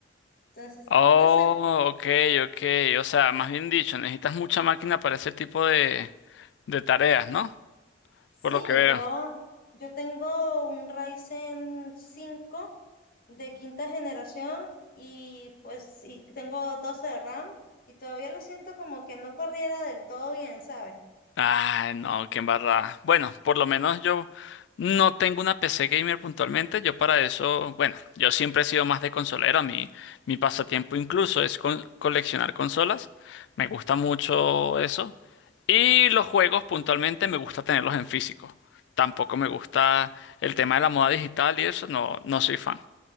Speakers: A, on the left; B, on the left.
A: Entonces,
B: Oh,
A: no sé,
B: ok, ok. O sea, más bien dicho, necesitas mucha máquina para ese tipo de, de tareas, ¿no?
A: sí,
B: Por lo que veo.
A: yo, yo tengo un Ryzen cinco de quinta generación y pues y tengo 12 de RAM y todavía lo siento como que no corriera del todo bien, ¿sabes?
B: Ay, no, qué embarrada. Bueno, por lo menos yo no tengo una PC gamer puntualmente. Yo para eso, bueno, yo siempre he sido más de consolero. A mí, mi pasatiempo incluso es con- coleccionar consolas. Me gusta mucho eso. Y los juegos puntualmente me gusta tenerlos en físico. Tampoco me gusta el tema de la moda digital y eso, no, no soy fan.